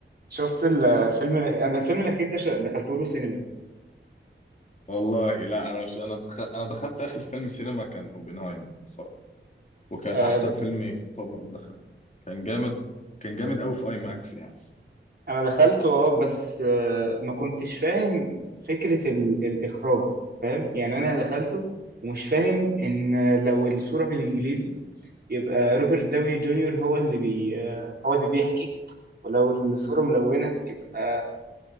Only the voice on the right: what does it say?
شفت الفيلم الأخير أنا الفيلم الأخير ده ش- دخلته له سينما
آه،
انا دخلت اه بس آه، ما كنتش فاهم فكرة ال- الاخراج فاهم يعني انا دخلته ومش فاهم ان لو الصورة بالانجليزي يبقى روبرت داوني جونيور هو اللي بي آه، هو اللي بيحكي ولو الصورة ملونة يبقى